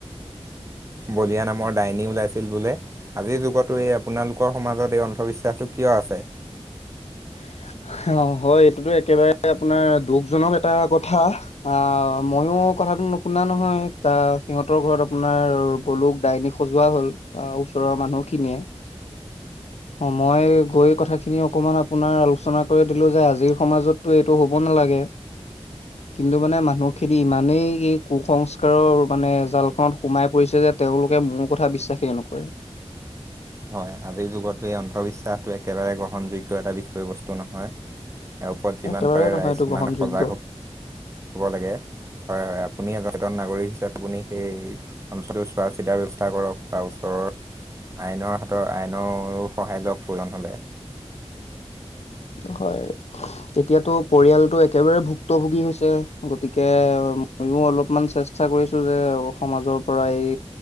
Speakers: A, on the left; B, on the right.
A: <inaudible>
B: বলিয়া নামৰ ডাইনী ওলাইছিল বোলে আজিৰ যুগতো এই আপোনালোকৰ সমাজত এই অন্ধবিশ্বাসটো কিয় আছে ফে
A: <inaudible> অ হয় এইটোতো একেবাৰে আপোনাৰ দুখ জনক এটা কথা আহ ম ময়ো কথাটো নুশুনা নহয় ত সিহঁতৰ ঘৰত আপোনাৰ পলুক ডাইনী সজোৱা হ'ল বা ওচৰৰ মানুহ খিনিয়ে অ মই গৈ কথাখিনি অকমান আপোনাৰ আলোচনা কৰি দিলো যে আজিৰ সমাজতো এইটো হ'ব ন লাগে কিন্তু মানে মানুহখিনি ইমানেই এই কুসংস্কাৰৰ মানে জাল খনত সোমাই পৰিছে যে তেওঁলোকে মোৰ কথা বিশ্বাসেই নকৰে
B: হয় আজিৰ যুগতো এই অন্ধবিশ্বাসটো একেবাৰে গ্ৰহণযোগ্য এটা বিষয়বস্তু নহয় ই ওপৰত যিমান
A: একেবাৰে
B: পাৰে
A: নহয়
B: ৰাইজ
A: এইটো
B: সিমান
A: গ্ৰহণযোগ্য
B: সজাগ হব হব লাগে হয় হয় আপুনি এজন সচেতন নাগৰিক হিচাপে আপুনি সেই অঞ্চলটোৰ চোৱা চিতাৰ ব্যৱস্থা কৰক বা ওচৰৰ আইনৰ হাতত আইনৰো সহায় লক প্ৰজন হ'লে
A: হয় এতিয়াতো পৰিয়ালতটো একেবাৰে ভুক্তভোগী হৈছে গতিকে ময়ো অলপমান চেষ্টা কৰিছো যে সমাজৰ পৰা এই